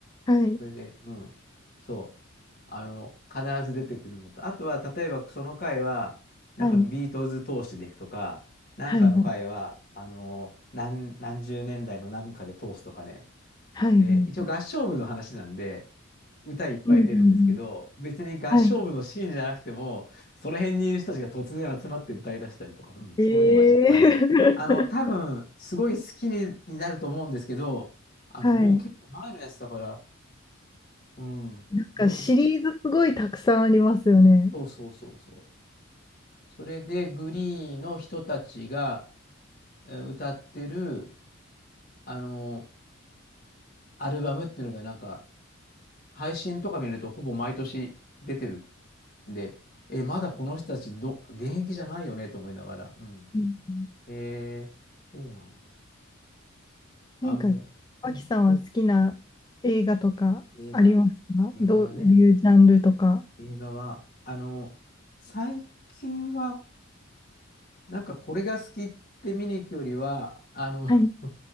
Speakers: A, on the left; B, on the left.
A: い、
B: それで、うん。そう。あの、必ず出てくるのと。あとは、例えばその回は、なんかビートルズ通してでいくとか、
A: はい、
B: なんかの回は、
A: はい、はい、
B: あの、何、何十年代の何かで通すとかね。
A: はい。はいうん、
B: で、一応合唱部の話なんで、歌いっぱい出るんですけど、
A: うんうん。
B: 別に合唱部のシーンじゃなくても、
A: はい。
B: その辺にいる人たちが突然集まって歌い出したりとか、うんそういうのはいっぱいで、
A: ええ
B: あの、多分、
A: <laughs>
B: すごい好きに、になると思うんですけど、あの、
A: はい。
B: もう結構前のやつだから、うん。
A: なんか、
B: で、ど
A: シリーズすごいたくさんありますよね。
B: そうそうそうそう。それで、グリーの人たちがえー歌ってる、あの、アルバムっていうのがなんか、配信とか見るとほぼ毎年出てる。で、え、まだこの人たちど、現役じゃないよねと思いながら。うん。
A: なんうん
B: へえ、そうなんだ。あの、
A: 何か、脇さんは好きな映画とかありますかどういうジャンルとか。
B: うん、映画。映画はね、映画は、あの、最近は、なんかこれが好きって見に行くよりは、あの、
A: はい、
B: <laughs>